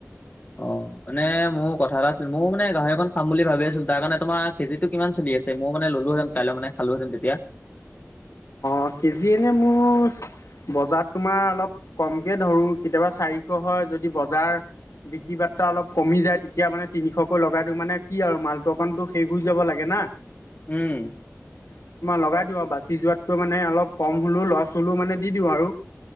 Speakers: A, on the left (about 35°); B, on the left (about 75°).
A: অ মানে মোৰ কথা এটা আছিল মোৰ মানে গাহৰি অকন খাম বুলি ভাবি আছিলো তাৰ কাৰণে তোমাৰ কেজিটো কিমান চলি আছে মই মানে ল'লোহেতেন কাইলৈ মানে খালোহেতেন তেতিয়া
B: অ কেজি এনেই মোৰ বজাৰ তোমাৰ অলপ কমকে ধৰো কেতিয়াবা চাৰিশ হয় যদি বজাৰ বিক্ৰী বাৰ্তা অলপ কমি যায় তেতিয়া মানে তিনিশকৈ লগাই দিওঁ মানে কি আৰু মালটো অকণটো শেষ হৈ যাব লাগে না ।
A: উম
B: লগাই দিওঁ আৰু বাচি যোৱাতকৈ মানে অলপ কম হ'লেও লছ হ'লেও মানে দি দিওঁ। আৰু